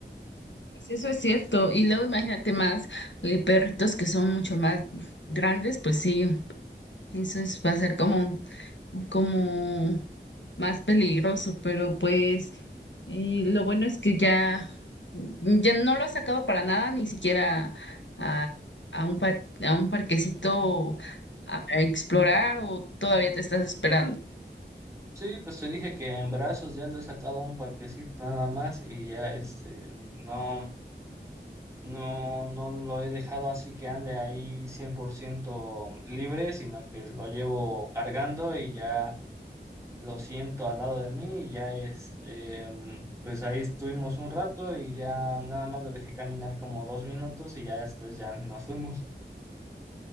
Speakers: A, on the left (about 85°); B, on the right (about 15°).
A: Pues Eso es cierto, y luego imagínate más eh, perritos que son mucho más grandes, pues sí, eso es, va a ser como un como más peligroso, pero pues y lo bueno es que ya, ya no lo ha sacado para nada, ni siquiera a, a un, par- a un parquecito a, a explorar o todavía te estás esperando.
B: Sí, pues te dije que en brazos ya lo he sacado a un parquecito nada más y ya este, no, no, no lo he dejado así que ande ahí 100% libre, sino que lo llevo cargando y ya lo siento al lado de mí y ya este, em, pues ahí estuvimos un rato y ya nada más lo dejé caminar como dos minutos y ya después ya nos fuimos.